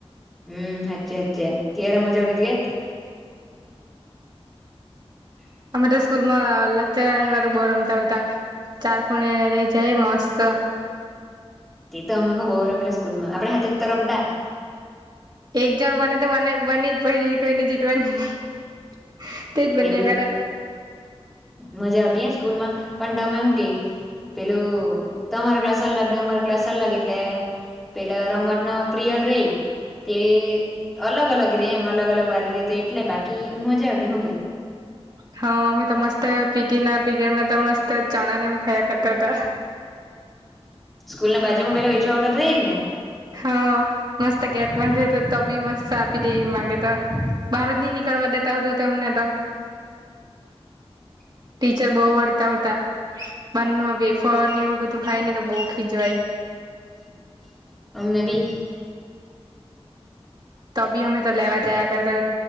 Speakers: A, in the centre; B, on the right.
A: હમ હાચે હાચે તય્યારે મજા આવતી હતી કે <unintelligible>
B: અમે તો સ્કૂલ માં લગચની વાર બોર રમતા હોતા <unintelligible> ચાર કોણ રહી જાય મસ્ત
A: તે તો અમે હ બહુ રમેલા સ્કૂલમાં આપડ હાથે રમતા
B: એક જણ બને તો બ બની જ પી કોઈને જીતવા જ નહી <unintelligible> બન્યા
A: એવું જ
B: કરે
A: મજા આવતી સ્કૂલમાં પણ તમે શું કે પેલું તો અમારા ક્લાસ અલ્લાગ ને અમારો ક્લાસ અલ્લાગ એટલે પેલા રમત ના પીરીયડ રહી તે અલગ અલગ રે એમ અલગ અલગ વાળ રેતે એટલે બાકી મજા આવતી હું ગઈ
B: હા મે ત મસ્ત પીટી ના પીરયડમાં તો મસ્ત ચણા ને હું ખાયા કરતા હતા
A: સ્કૂલ ના બાજુમા પેલો વેચો આવતો હતો એજ ને
B: હા મસ્ત ગેટ બંધ હતો તોબી મસ્ત આપી દેતો હતો બહાર જ નહી નીકળવા દેતા હોતો અમને તો
A: <unintelligible>
B: ટીચર બહુ વળતા હોતા બહાર નું વેફર એવું બધું ખાય ને તો બહ ખીજવાય
A: <unintelligible> અમને બી
B: તો બીમે તો લેવા જયા કરતો